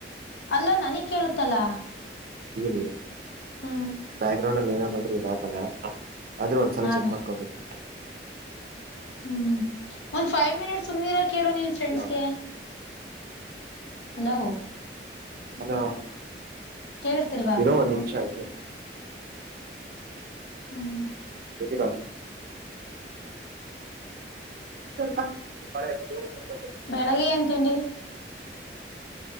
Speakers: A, on the left (about 80°); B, on the right (about 50°).
A: ಅಲ್ಲ ನನಗ್ ಕೇಳುತ್ತಲ್ಲ
B: ನೀವು
A: ಹ್ಮ್
B: ಬ್ಯಾಕ್ ಗ್ರೌಂಡ್ ಅಲ್ಲಿ ಏನ ಬಂದ್ರು ಇದಾಕಲ್ಲ ಆದದ್ರ ಒಂದ್ಸಲ
A: ಹಾಗ
B: ಚೆಕ್ ಮಾಡ್ಕೋಬೇಕತಿ
A: ಹ್ಮ್ ಒಂದ್ ಫೈವ್ ಮಿನಿಟ್ ಸುಮ್ನೆರ ಕೇಳು ನೀನ್ ಫ್ರೆಂಡ್ಸ್ಗೆ
B: ಅಲ್ಲ
A: ಹಲೋ
B: ಅಲ
A: ಕೇಳಿಸ್ತಿಲ್ವಾ
B: ಇರೋ ನಿಮಿಷ ಆ
A: ಹ್ಮ್
B: ಎತ <inaudible>
A: ಬೆಳಿಗ್ಗೆ ಎಏನ್ ತಿಂಡಿ